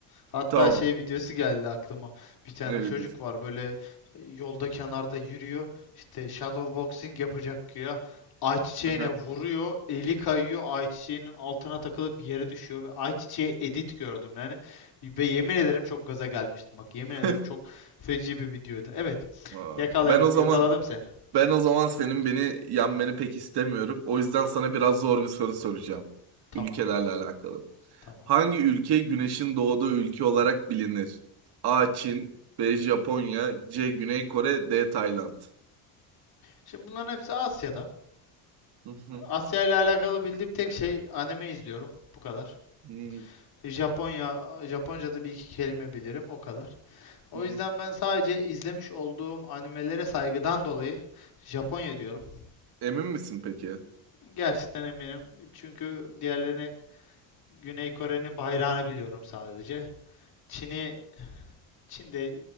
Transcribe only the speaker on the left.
Hatta
şey videosu geldi aklıma. Bir tane
çocuk
var böyle e, yolda kenarda yürüyor. İşte shadow boxing yapacak ya. Ayçiçeğine
vuruyor, eli kayıyor, ayçiçeğinin altına takılıp bir yere düşüyor ve ayçiçeği edit gördüm yani. Ve yemin ederim çok gaza gelmiştim. Bak yemin ederim
çok feci bir videoydu. Evet,
yakalayalım,
yakaladım seni.
Tamam,
tamam,
tamam.
Şimdi bunların hepsi Asya'da.
Asya ile alakalı bildiğim tek şey anime izliyorum. Bu kadar.
Japonya, Japonca'da bir iki kelime bilirim, o kadar. O
yüzden ben sadece izlemiş olduğum animelere saygıdan dolayı Japonya diyorum.
Gerçekten eminim. Çünkü diğerlerini Güney Kore'nin bayrağını biliyorum sadece. Çin'i, Çin'de